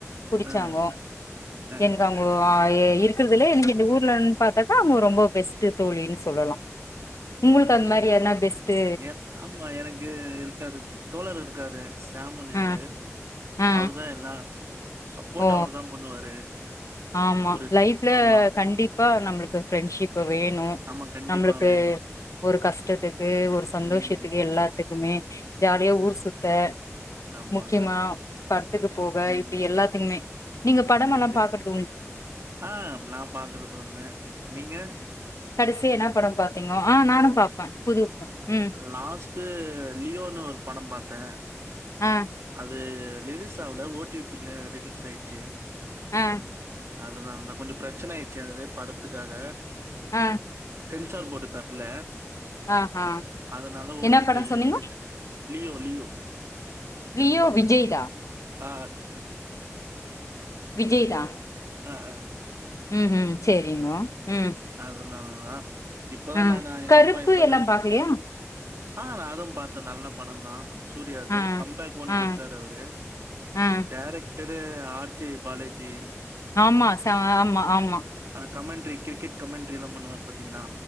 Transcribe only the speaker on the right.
ஆ ஆ
நேர் ஆமா எனக்கு இருக்காரு தோழர் இருக்காரு சேம்முன்னு
அவரு
அவரு தா எல்லா சப்போர்ட்
அவரு தா பண்ணுவாரு
ஒரு ஷ்
ஆமா.
ஆமா. கண்டிப்பா
வேணும்.
ம்.
ஆமா.
ம்.
கண்டி
ஆ நா பாக்குறது ஒன்னு நீங்க
லாஸ் து லியோனு ஒரு பட பாத்தே
அது ரிலிஸ் சாவல ஓ டி பி ல ரீலிஸ் ஆய்ச்சி
அதனால தா கொஞ்சோ பிரச்சன ஆயிருச்சி அந்த இது படத்துக்காக
சென்சார் போடு தரல
அதனால ஓ
டி
பி ல
ரிலீஸ் ஆய்ருச்சி லியோ லியோ
ஆ
ஆ அ
அதனால தா இப்ப தா
நானு எங்க
அப்பா இப்ப
தா
ஆ நா அதுவு பாத்தே நல்ல படம் தா சூர்யாது
கம்பேக் ஒண்ணு
குடுத்தாரு அவரு
டேரக்டரு ஆர் ஜே பாலேஜி
அந்த கமெண்ட்ரி கிரிக்கெட் கமெண்ட்ரி எல்லா பண்ணுவாரு பாத்தீங்ளா